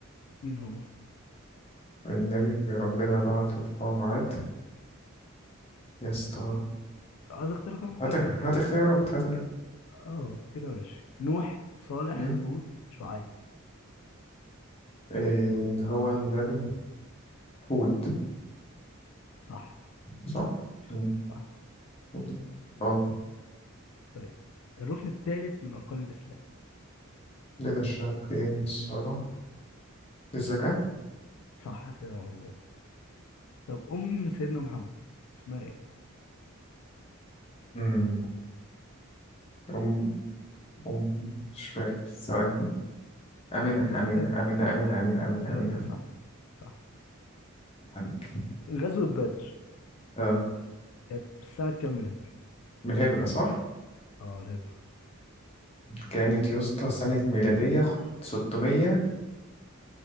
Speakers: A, on the left; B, on the left.
A: مين هو؟
B: النبي اللي ربنا بعت القوم عاد يا اسطى
A: عايز اختيارات انا ممكن
B: هات
A: ادي
B: هات
A: اختيارات
B: اختيارات هات اختيارات.
A: اه كده ماشي نوح صالح
B: مم.
A: هود شعيب
B: إيه هو النبي هود
A: صح
B: صح؟ مم.
A: صح
B: هود. اه
A: طيب الركن الثالث من اركان الاسلام
B: دين الشعب فين الصلاة الزكاة
A: صح كده مظبوط طب ام سيدنا محمد اسمها ايه؟
B: أم أم أم مش فاكر ثواني أمينة
A: ادي اختيارات
B: أمينة أمينة أمينة
A: صح
B: أمينة أمينة
A: كده
B: أمينة
A: انت صح صح
B: حبيبي
A: غزوة بدر
B: اه
A: كانت سنة كام من الهجرة؟
B: من الهجرة صح؟
A: اه الهجرة
B: كانت يا اسطى سنة ميلادية 628